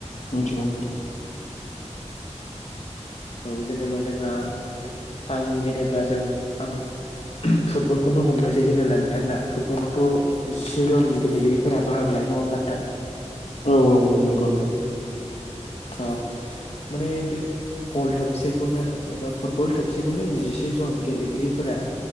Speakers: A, on the left (about 70°); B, on the left (about 50°).
A: मिथिगौ नोंथां
B: औ जेनेब्ला जोंहा आं जेनेब्ला जों आं फुटबलखौनो हमनोसै जेनेब्ला नोंथां ना फुटबलावथ जिसे जन गेलेगिरिफोरा बाहागो ला नङा होमबा नोंथां
A: औ औ औ नोंगौ नोंथां
B: औ माने बे बल थोबसेखौनो एबा फुटबल थोबसेखौनो जिसे जन गेलेगिरिफोरा